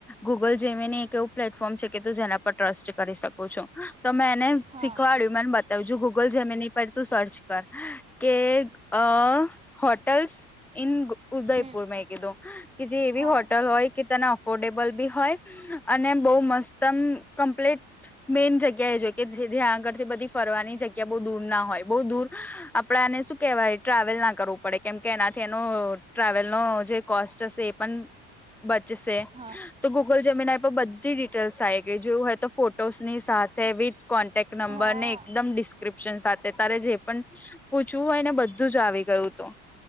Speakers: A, in the centre; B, on the right (about 20°).
A: ગૂગલ જેમીને એક એવું પ્લેટફોર્મ છે કે તું જેના પર ટ્રસ્ટ કરી શકો છો. તો મે એને
B: હા
A: શીખવાડ્યું મેન બ તો હજો ગૂગલ જેમ નહી પડ તું સર્ચ કર કે અહ હોટેલ્સ ઇન ઉદયપુર
B: હમ
A: મેં કીધું કે જે એવી
B: હા
A: હોટલ હોય કે તેને અફોર્ડેબલ બી હોય અને બોહ મસ્ત આમ ક્પ્લીટ મેન જ્ગ્ય કે જે જ્યાં આગળથી બધી ફરવાની જગ્યા બહ દૂર ના હોય બો દૂર આપ પણાને શું કહેવાય ટ્રાવેલ ના કરવું પડે કેમ કે એનાથી એનો ટ્રાવેલનો જે કોસ્ટ હશે એ પણ બચસે.
B: હા
A: ગૂગલ જમીનાઈ પર બધી ડિટેલ્સ આવી ગઈ જોવું હોય તો ફોટોસની સાથે વિથ કોન્ટેક્ટ નંબર
B: હા
A: ને એકદમ ડીસ ડિસ્ક્રિપ્સન સાથે તારે જે પણ પૂછવું હોય ને બધું આવી ગયું હતુ.